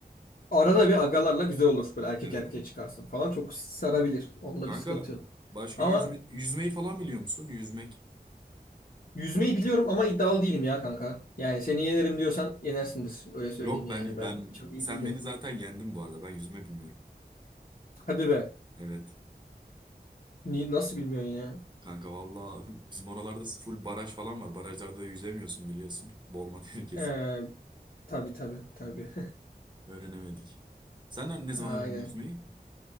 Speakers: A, on the left; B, on the right.
A: Arada bir agalarla güzel olur. Böyle erkek
B: Evet
A: erkeğe
B: evet.
A: çıkarsın falan. Çok sarabilir. Onda
B: Kanka
A: bir sıkıntı yok.
B: başka
A: Ama
B: yüzme, yüzmeyi falan biliyor musun? Yüzmek.
A: yüzmeyi biliyorum ama iddialı değilim ya kanka. Yani seni yenerim diyorsan yenersindir. Öyle söyleyeyim
B: Yok
A: yani.
B: ben
A: Ben
B: ben
A: çok iyi
B: sen
A: değilim.
B: beni zaten yendin bu arada. Ben yüzme bilmiyorum.
A: Hadi be.
B: Evet.
A: Ni nasıl bilmiyorsun ya?
B: Kanka valla <laughs> bizim oralarda full baraj falan var. Barajlarda da yüzemiyorsun biliyorsun. Boğulma <laughs> tehlikesi
A: Ee,
B: var.
A: tabii tabii tabii.
B: Öğrenemedik. Sen ne zaman
A: <laughs> Aynen.
B: öğrendin yüzmeyi?